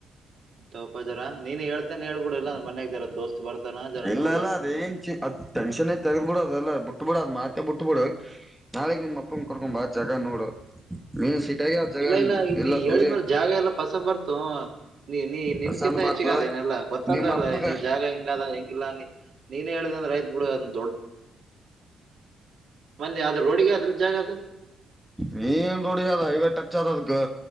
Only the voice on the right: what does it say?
ತಪ ಜರಾ ನೀನು ಹೇಳ್ತೇನೆ ಹೇಳ್ಬಿಡ ಇಲ್ಲ ಮಯಾಗ್ದರ ದೋಸ್ತ್ ಬರ್ತಾನ ಜರ
ನೋಡಿ
ಇಲ್ಲ ಇಲ್ಲ
ನೀ
ಹೇಳಿದ್ಮೇಲೆ ಜಾಗ ಎಲ್ಲ ಪಸಂದ್ ಬರ್ತು ನೀ ನೀ ನಿನ್ಕಿಂತ
ಹೆಚ್ಚಗ ಅದೇನೆಲ್ಲಾ ಗೊತ್ತಾದಲ್ಲ
ನೀ ಜಾಗ ಹೆಂಗದ ಹೆಂಗಿಲ್ಲ ನೀ ನೀನೇ ಹೇಳಿದ ಅಂದ್ರೆ ಆಯ್ತಾ ಬಿಡ ಅದು ದೊಡ್ಡ ಮಂದಿ ಅದ್ ರೋಡಿಗೆ ಅದ್ರ ಜಾಗ